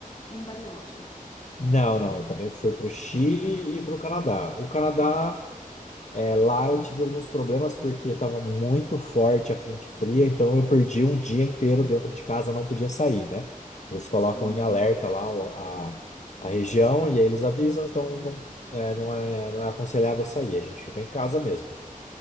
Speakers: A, on the left (about 35°); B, on the left (about 55°).
A: em Bariloche?
B: Não, não, eu também fui para o Chile e para o Canadá. O Canadá, é, lá eu tive alguns problemas porque estava muito forte a frente fria, então eu perdi um dia inteiro dentro de casa, não podia sair, né? Eles colocam
A: Hum.
B: em alerta lá o- a, a região e aí eles avisam, então não é, não é, não é aconselhável sair, a gente ficou em casa mesmo.